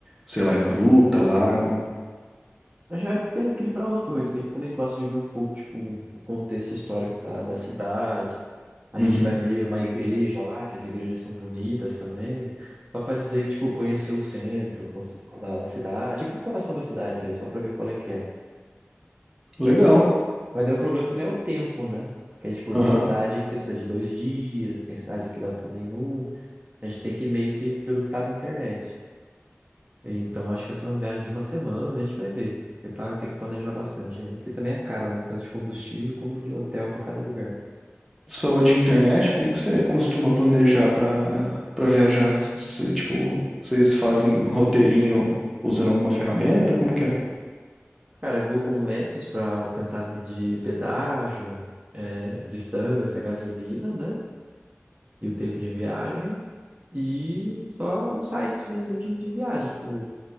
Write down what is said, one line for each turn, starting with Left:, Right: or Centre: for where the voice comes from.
Centre: sei lá, gruta, lago.
Right: A gente vai equil- equilibrar os dois, a gente também gosta de ver um pouco, tipo, o contexto histórico da, da cidade. A
Centre: Uhum.
Right: gente vai ver uma igreja lá, que as igrejas são bonitas também. Só pra dizer que, tipo, conhecer o centro conce- da, da cidade, tipo, o coração da cidade ali, só pra ver qual é que é.
Centre: Legal.
Right: Mas daí o problema também é o tempo, né? Porque, tipo,
Centre: Aham.
Right: tem cidade que você precisa de dois dias, tem cidade que dá pra fazer em um. A gente tem que ir meio que pelo que tá na internet. Então, acho que vai ser uma viagem de uma semana, a gente vai ver. Porque tá, tem que planejar bastante ainda. Porque também é caro, né? Tanto de combustível como de hotel pra cada lugar.
Centre: Você falou de internet, como que você costuma planejar para para viajar? Você, tipo, vocês fazem um roteirinho usando alguma ferramenta? Como que é?
Right: Cara, Google Maps pra tentar medir pedágio, é, distância, gasolina, né? E o tempo de viagem. E só os sites mesmo de, de viagem, tipo